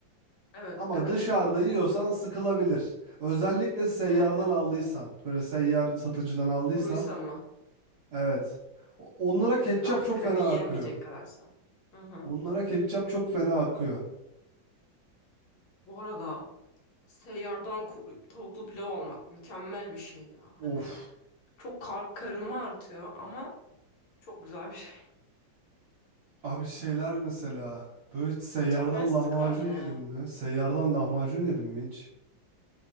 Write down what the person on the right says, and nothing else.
Ama
dışarıda yiyorsan sıkılabilir. Özellikle seyyardan
aldıysan, böyle seyyar satıcıdan aldıysan,
evet. O- Onlara ketçap
çok fena
akıyor.
Onlara ketçap çok fena akıyor.
Of.
Abi şeyler mesela, böyle hiç seyyardan
lahmacun
yedin
mi? Seyyardan lahmacun yedin mi hiç?